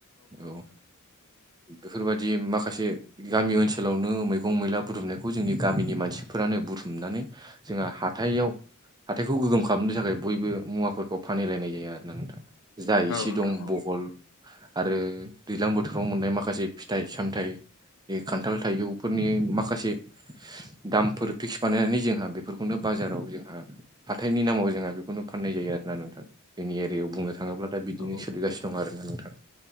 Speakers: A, on the right; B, on the left.
A: औ बेफोरबायाददि माखासे गामि ओनसोलावनो मैगं मैला बुथुमनायखौ जोंनि गामिनि मानसिफोरानो बुथुमनानै। जोंहा हााइाव हााइखौ गोगोम खालामनो थाखाय बयबो मुवाफोरखौ फानहलायनाय जायो आरोना नोंथां जा इसे
B: औ नोंथां
A: दं
B: औ
A: बहल आरो दैज्लां बोथोराव मोननाय माखासे फिथाइ-सामथाइ बे खान्थाल थाइजौफोरनि माखासे दामफोर फिक्स बानायनानै जोंहा बेफोरखौनो बाजाराव जोंहा हाथाइनि नामाव जोंहा बेखौनो फाननाय जायो आरोना नोंथां। जोंनि एरियायाव बुंनो थाङोब्ला दा बिदिनो
B: औ
A: सलिगानो दं आरो ना नोंथाङा।